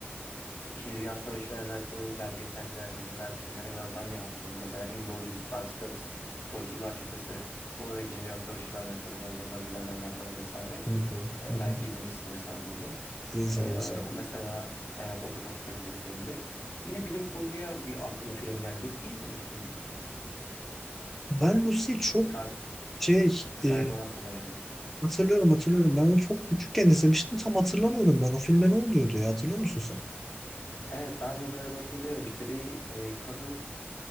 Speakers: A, on the left; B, in the centre.
A: e, İkinci Dünya Savaşı ile alakalı belgeseller, diziler, filmlere biraz ben de yatkınım. Mesela Inglourious Basterds, Soysuzlar Çetesi. O da İkinci Dünya Savaşı ile alakalı biraz bu Nazilerle alakalı vesaire.
B: Hı hı,
A: Ee,
B: hı hı.
A: belki izlemişsindir sen de onu.
B: İzledim
A: Ee, o
B: izledim.
A: mesela evet o da çok kaliteli filmdi. Yine bilim kurguya bir aklıma film geldi. Lucy izlemiş miydin?
B: Ben Lucy'yi çok
A: Scar
B: şey
A: Scarlett
B: e,
A: Johansson oynadı.
B: hatırlıyorum hatırlıyorum. Ben onu çok küçükken izlemiştim. Tam hatırlamıyordum ben. O filme ne oluyordu ya hatırlıyor musun sen?
A: Evet ben de biraz hatırlıyorum işte bir e, kadın